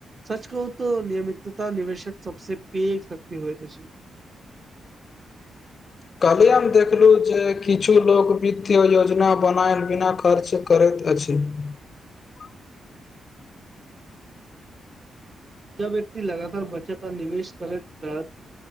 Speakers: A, on the right; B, on the left.
A: सच कहू। त नियमितता निवेशक सबसे पैघ शक्ति होएत अछि। <unintelligible>
B: कल्हि हम देखलु जे किछु लोक वित्तीय योजना बनायल बिना खर्च करैत अछि। <unintelligible>
A: जब व्यक्ति लगातार बचत आ निवेश करैत रहत